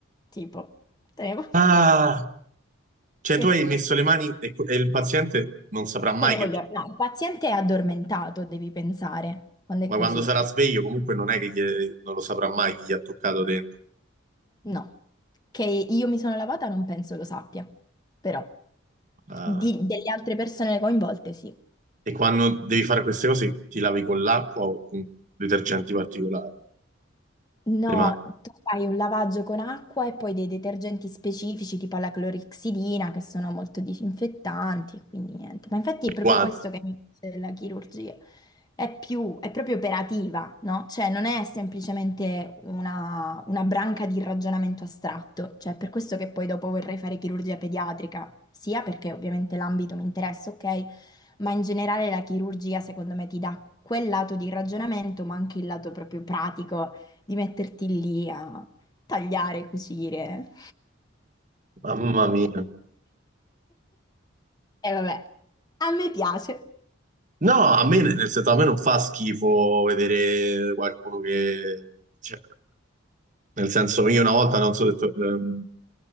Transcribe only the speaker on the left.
tipo, tenevo, <laughs>
sì,
tenevo
gli organi. No, il paziente è addormentato, devi pensare, quando è
così.
No, che io mi sono lavata non penso lo sappia, però
di- delle altre persone coinvolte sì.
No,
tu fai un lavaggio con acqua e poi dei detergenti specifici tipo la clorixidina che sono molto disinfettanti e quindi niente. Ma infatti
è proprio
questo che mi piace della chirurgia. È più, è proprio operativa, no? Cioè non è semplicemente una, una branca di ragionamento astratto. Cioè per questo che poi dopo vorrei fare chirurgia pediatrica, sia perché ovviamente l'ambito mi interessa, ok, ma in generale la chirurgia secondo me ti dà quel lato di ragionamento, ma anche il lato proprio pratico di metterti lì a tagliare, cucire.
E vabbè. A me piace.